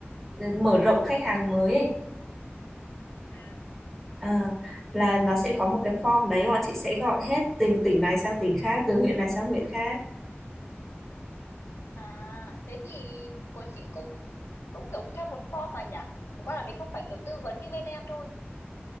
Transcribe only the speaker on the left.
À,
à thế thì của chị cũng cũng kiểu theo một form mà nhỉ chẳng qua là mình không phải kiểu tư vấn như bên em thôi